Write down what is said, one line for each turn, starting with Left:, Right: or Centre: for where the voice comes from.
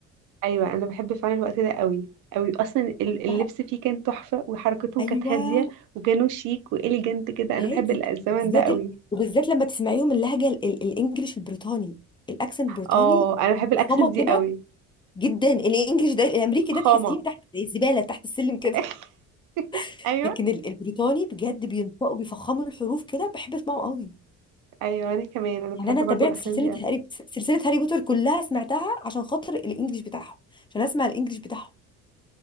Right: ايوه انا بحب فعلا الوقت ده قوي قوي اصلا ال- اللبس
Left: بحبها
Right: فيه كان تحفه وحركتهم
Left: ايوه
Right: كانت هاديه وكانوا شيك واليجنت كده انا
Left: هادي
Right: بحب ال- الزمن
Left: بالذات
Right: ده قوي
Left: ال... وبالذات لما تسمعيهم اللهجه ال... ال... الانجليش البريطاني الاكسنت البريطاني
Right: اه انا بحب الاكسنت
Left: ماما كده
Right: دي قوي
Left: جدا الانجليش ده الامريكي
Right: فخامه
Left: ده تحسيه تحت زي الزباله تحت السلم كده
Right: <laughs>
Left: <laughs>
Right: ايوه
Left: لكن ال... البريطاني بجد بينطقوا بيفخموا الحروف كده بحب اسمعه قوي
Right: ايوه انا كمان انا
Left: يعني
Right: بحب
Left: انا
Right: برضو
Left: تابعت
Right: الافلام
Left: سلسله
Right: دي قوي
Left: هاري سلسله هاري بوتر كلها سمعتها عشان خاطر الانجليش بتاعهم عشان اسمع الانجليش بتاعهم